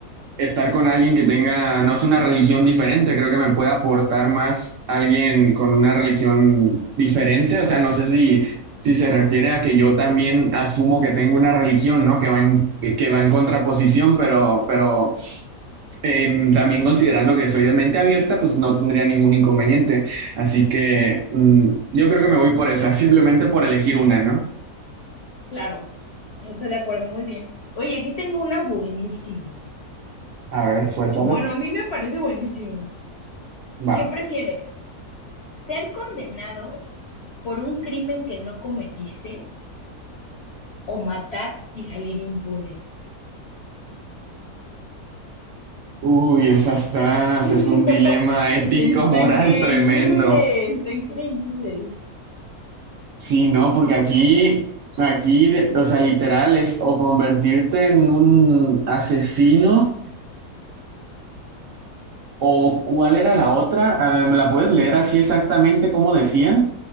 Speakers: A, on the right; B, on the left.
A: estar con alguien que tenga, no sé, una religión diferente, creo que me puede aportar más alguien con una religión diferente, o sea, no sé si... Si se refiere a que yo también asumo que tengo una religión, ¿no? Que va en, que va en contraposición, pero, pero em, también considerando que soy de mente abierta, pues no tendría ningún inconveniente. Así que mm, yo creo que me voy por esa, <laughs> simplemente por elegir una, ¿no?
B: Claro, estoy de acuerdo, muy bien. Oye, aquí tengo una buenísima.
A: A ver, suéltala.
B: Bueno, a mí me parece buenísimo.
A: Va.
B: ¿Qué prefieres? ¿Ser condenado por un crimen que no cometiste o matar y salir impune?
A: Uy, esa está, ese
B: <laughs>
A: es un dilema ético,
B: Está
A: <laughs> moral
B: increíble,
A: tremendo.
B: está increíble.
A: Sí, no, porque aquí, aquí, de- o sea, literal es o convertirte en un asesino ¿O cuál era la otra? Ah, ¿me la puedes leer así exactamente como decía?